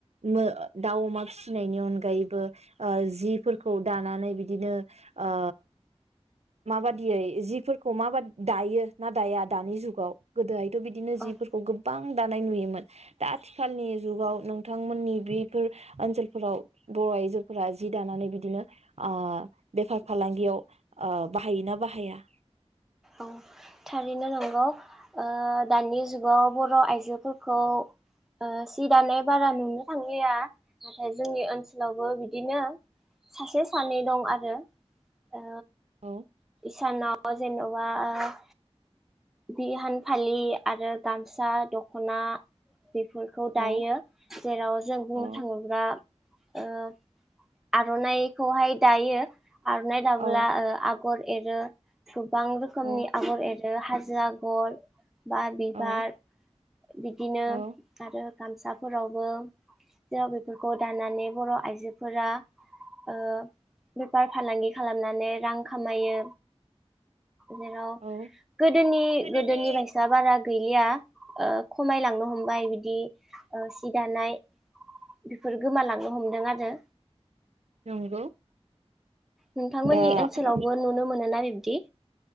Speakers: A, on the right; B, in the centre.
A: मो दाउ, अमा फिसिनायनि अनगायैबो ओ जिफोरखौ दानानै बिदिनो ओ माबादियै जिफोरखौ माबाद दायो ना दाया दानि जुगाव? गोदोहाय थ'बिदिनो जिफोरखौ
B: औ
A: गोबां दा नाय नुयोमोन। दा आथिखालनि जुगाव नोंथांमोननि बेफोर ओनसोलफोराव बर' आइजोफोरा जि दानानै बिदिनो ओ बेफार फालांगियाव ओ बाहायोना बाहाया?
B: औ थारैनो नंगौ। ओ दानि जुगाव बर' आइजोफोरखौ ओ सि दानाय बारा नुनो थांलिया। नाथाय जोंनि ओनसोलावबो बिदिनो सासे सानै दं आरो ओ
A: औ
B: सानाव जेन' बा ओ बिहान फालि आरो गामसा, दख'ना बेफोरखौ
A: औ
B: दायो। जेराव जों बुंनो
A: औ
B: थाङोब्ला ओ आर'नाइखौहाय दायो। आर'नाय दाबोला
A: औ
B: ओ आग'र एरो थुब गोबां रोखोमनि
A: औ
B: आगर ए रो हाजो आग'र बा बिबार
A: औ
B: बिदिनो
A: औ
B: आरो गामसाफोरावबो जेराव बेफोरखौ दानानै बर' आइजो फोरा ओ बेफार फालांगि खालामनानै रां खामायो। जेराव
A: औ
B: गोदोनि-गोदोनि
A: गोदोनि
B: बायसा बारा गैलिया। ओ खमायलांनो हमबाय बिदि ओ सि दानाय बेफोर गोमालांनो हमदों आरो
A: नंगौ।
B: नोंथांमोननि
A: दा
B: ओनसोलावबो नुनो मोनो ना बि दि